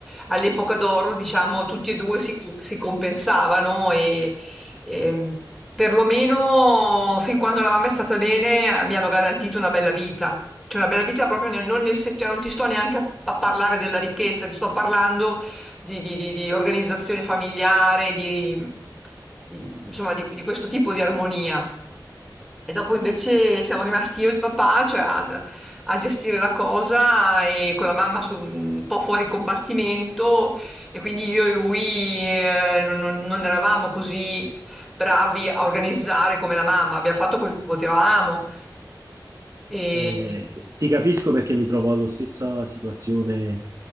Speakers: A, in the centre; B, on the right (about 45°).
A: all'epoca d'oro, diciamo, tutti e due si, si compensavano e, e perlomeno fin quando la mamma è stata bene, eh, mi hanno garantito una bella vita. Cioè una bella vita proprio nel- non, nel, se- cioè non ti sto neanche a, a parlare della ricchezza, ti sto parlando di, di- di- di organizzazione familiare, di, di- insomma, di, di questo tipo di armonia. E dopo invece siamo rimasti io e il papà, cioè ad- a gestire la cosa e con la mamma su- un po' fuori combattimento e quindi io e lui eh, non, non- non eravamo così bravi a organizzare come la mamma, abbiamo fatto quel che potevamo. E...
B: Eh, ti capisco perché mi trovo alla stessa situazione,